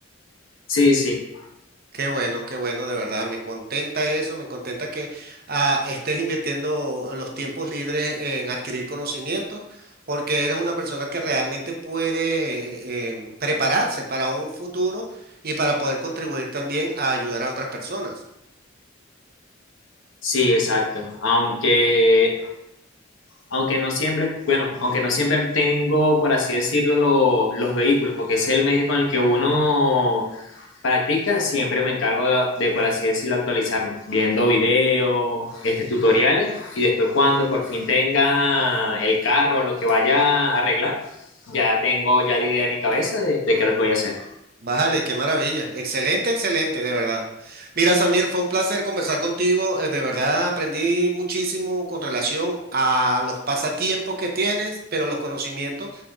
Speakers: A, on the left; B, on the right.
A: Sí, sí,
B: Qué bueno, qué bueno, de verdad, me contenta eso, me contenta que ah, estés invirtiendo los tiempos libres en adquirir conocimientos, porque eres una persona que realmente puede eh, em, prepararse para un futuro y para poder contribuir también a ayudar a otras personas.
A: sí, exacto. Aunque aunque no siempre, bueno, aunque no siempre tengo, por así decirlo, lo- los vehículos, porque ese es el medio con el que uno practica, siempre me encargo de, de, por así decirlo, actualizarme, viendo videos, este, tutoriales, y después cuando por fin tenga el carro, lo que vaya a arreglar, ya tengo ya la idea en mi cabeza de, de qué es lo que voy a hacer.
B: Vale, qué maravilla, excelente, excelente, de verdad. Mira, Samir, fue un placer conversar contigo, eh, de verdad aprendí muchísimo con relación a los pasatiempos que tienes, pero los conocimientos